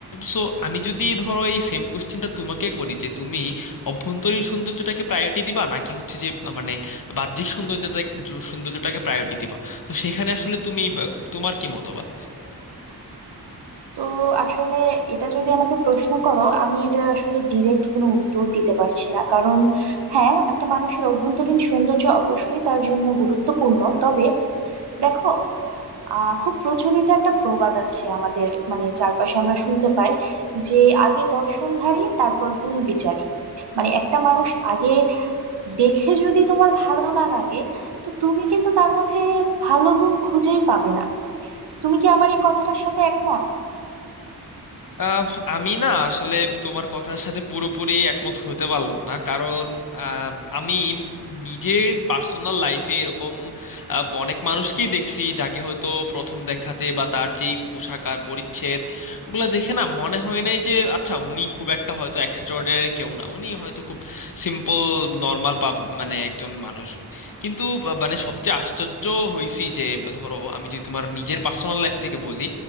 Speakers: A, on the left (about 55°); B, on the right (about 85°).
A: সো আমি যদি ধরো এই সেম কোশ্চেনটা তোমাকে করি যে তুমি অভ্যন্তরীণ সৌন্দর্যটাকে প্রায়োরিটি দিবা নাকি হচ্ছে যে আহ, মানে বাহ্যিক সৌন্দর্যটা সৌন্দর্যটাকে প্রায়োরিটি দিবা তো সেখানে আসলে তুমি বা, তোমার কি মতবাদ
B: তো আসলে এটা যদি আমাকে প্রশ্ন করো আমি এটার আসলে ডিরেক্ট কোনো উত্তর দিতে পারছি না কারণ হ্যাঁ একটা মানুষের অভ্যন্তরীণ সৌন্দর্য অবশ্যই তার জন্য গুরুত্বপূর্ণ তবে দেখো আহ খুব প্রচলিত একটা প্রবাদ আছে আমাদের মানে চারপাশে আমরা শুনতে পাই যে আগে দর্শনধারী তারপর গুণ বিচারী মানে একটা মানুষ আগে দেখে যদি তোমার ভালো না লাগে তো তুমি কিন্তু তার মধ্যে ভালো গুণ খুঁজেই পাবে না তুমি কি আমার এই কথাটার সাথে একমত
A: আহ, আমি না আসলে তোমার কথার সাথে পুরোপুরি একমত হতে পারলাম না কারণ আহ, আমি নিজের পার্সোনাল লাইফে এরকম আহ, অনেক মানুষকেই দেখছি যাকে হয়তো প্রথম দেখাতে বা তার যেই পোশাক আর পরিচ্ছদ ওগুলো দেখে না মনে হয় নাই যে আচ্ছা উনি খুব একটা হয়তো এক্সট্রাঅর্ডিনারি কেউ না উনি হয়তো খুব সিম্পল নর্মাল পাব মানে একজন মানুষ কিন্তু আহ, মানে সবচেয়ে আশ্চর্য হয়েছি যে ধরো আমি যদি তোমার নিজের পার্সোনাল লাইফ থেকে বলি